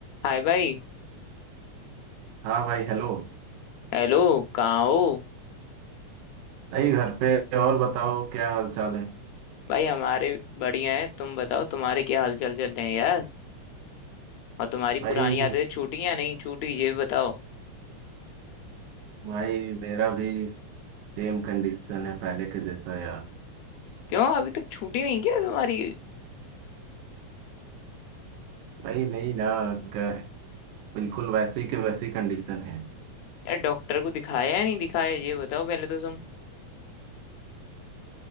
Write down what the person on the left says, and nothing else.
हाय भाई
हेलो कहाँ हो
भाई हमारे बढ़िया है तुम बताओ तुम्हारे क्या हालचाल चल रहे हैं यार और तुम्हारी
पुरानी आदतें छूटी या नहीं छूटी ये बताओ
क्यों अभी तक छूटी नहीं क्या तुम्हारी
यार डॉक्टर को दिखाया या नहीं दिखाया ये बताओ पहले तो तुम